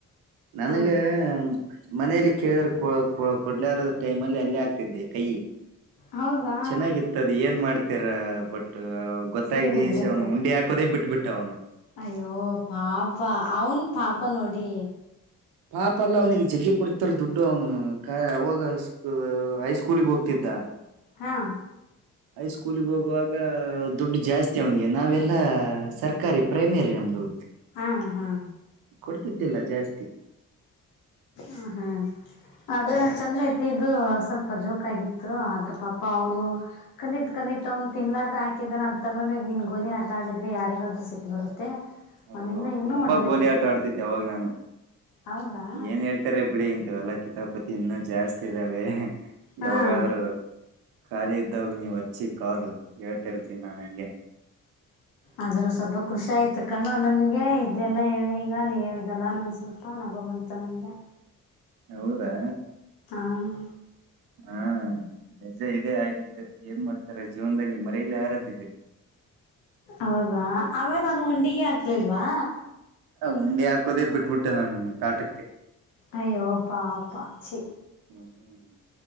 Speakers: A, on the right; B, on the left.
A: ನನಗೆ
B: ಹಾ
A: ಮನಲಿ ಕೇಳಿದ್ರ ಕೊಡ್ಲಾರೋದ ಟೈಮ್ಲ್ಲಿ ಅಲ್ಲೇ ಆಗ್ತಿದ್ದೆ ಕೈ
B: ಹೌದಾ
A: ಚೆನ್ನಾಗಿತ್ತದ ಏನ್ ಮಾಡ್ತ <unintelligible> ಬಟ್ ಗೊತ್ತಾಗಿಸಿ
B: ಸಿಗೆ ಬಿದ್ಬಿಟ್ರಿ
A: ಅವ್ನು ಉಂಡಿ ಹಾಕೋದೇ ಬಿಟ್ಟಟ್ಬಿಟ್ಟು <inaudible>
B: ಅಯ್ಯೋ ಪಾಪ ಅವನ್ ಪಾಪ ನೋಡಿ
A: ಪಾಪ ಅಲ್ಲ ಅವ್ನಿಗೆ <unintelligible> ಕೊಡ್ತಾರ ದುಡ್ಡು ಅವ್ನು ಅವಾಗ ಹೈಸ್ಕೂಲಿಗೆ ಹೋಗ್ತಿದ್ದ
B: ಹಾ
A: ಸ್ಕೂಲಿಗೆ ಹೋಗುವಾಗ ದುಡ್ ಜಾಸ್ತಿ ಅವನಿಗೆ ನಾವೆಲ್ಲ ಸರ್ಕಾರಿ ಪ್ರೈಮೇರಿ ನಮ್ದು
B: ಹಾ ಹಾ
A: ಕೊಡ್ತಿದ್ದಿಲ್ಲ ಜಾಸ್ತಿ
B: ಹ ಹ್ಮ್ ಆದ್ರೆ ಚಂದ ಐತಿ ಇದು ಸ್ವಲ್ಪ ಜೋಕ ಆಗಿತ್ತು ಆದ್ರ ಪಾಪ ಅವನು ಕಲಿಟ್ ಕಲಿಟ್ ಅವ್ನ್ ತಿನ್ಲಾರ್ದ ಹಾಕಿದ್ದಾನ ಅದ ತಗೊಂಡ ನಿನ್ ಗೋಲಿ ಆಟಾಡಿದ್ರೆ ಯಾರಿಗಾದರು ಸಿಟ್ ಬರುತ್ತೆ ಅವನಿನ್ನ
A: ಹೌದೌದು
B: ಇನ್ನೂ
A: ತುಂಬಾ
B: ಹೊಡಿಬೇಕಿತ್ತು
A: ಗೋಲಿ ಆಟ ಆಡ್ತಿದ್ದೆ ಅವಾಗ ನಾನು
B: ಹೌದಾ
A: ಏನ್ ಹೇಳ್ತಾರೆ ಬಿಳಿ ಇಂತವಲ್ಲ ಕಿತಾಬ್ ಪತಿ ಇನ್ನುೂ ಜಾಸ್ತಿ ಇದಾವೆ
B: ಹಾ
A: ಯಾವಗಾದರು ಖಾಲಿ ಇದ್ದವಾಗ ನೀವು ಹಚ್ಚಿ ಕಾಲು ಹೇಳ್ತ ಇರ್ತೀನಿ ನಾು ನಂಗೆ
B: ಆದ್ರೂ ಸ್ವಲ್ಪ ಖುಷಿ ಆಯ್ತು ಕಣೋ ನನ್ಗೆ ಇದೆಲ್ಲ ಹೇಳಿ ಈಗ ನೀ ಹೇಳ್ದಲ್ಲಾ ನನ್ ಸ್ವಲ್ಪ ನಗ ಬಂತು ನನ್ಗೆ
A: ಹೌದಾ
B: ಆಂಗ
A: ಹಾ ಬಜ ಇದೇ ಆಗಿದ್ದು ಏನ್ ಮಾಡ್ತಾರ ಜೀವನದಲ್ಲಿ ಮರೆಯಲಿ ಆಾರದಿದೆ
B: ಹೌದಾ ಆಮೇಲೆಾನು ಉಂಡಿಗೆ ಹಾಕ್ಲಿಲ್ವಾ
A: ಉಂಡೆ ಹಾಕೋದೇ ಬಿಟ್ಬಿಟ್ಟೆ ನನ್ ಕಾಟಕ್ಕೆ
B: ಅಯ್ಯೋಪಾಪಾ ಸ
A: ಹ್ಮ್ ಹ್ಮ್